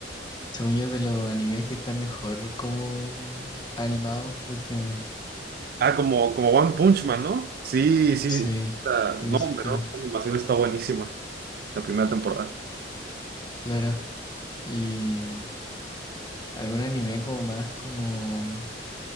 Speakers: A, on the left; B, on the right.
A: Según yo, es de los animes que están mejor como animados últimamente.
B: Ah, como, como One Punch Man, ¿no? Sí, sí.
A: Sí,
B: La-
A: en
B: no,
A: ese
B: hombre,
A: estilo.
B: no. La animación está buenísima. La primera temporada.
A: Claro. ¿Y mm, algún anime como más, como mm,